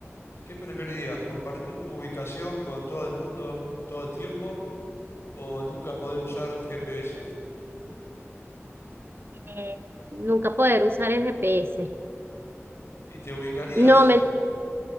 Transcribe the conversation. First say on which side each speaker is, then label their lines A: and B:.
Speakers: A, on the left; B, on the right.
A: ¿qué preferirías? ¿Compartir tu ubicación con todo el mundo todo el tiempo o nunca poder usar un GPS?
B: Eh, nunca poder usar el GPS.
A: ¿Y te ubicarías?
B: No, me,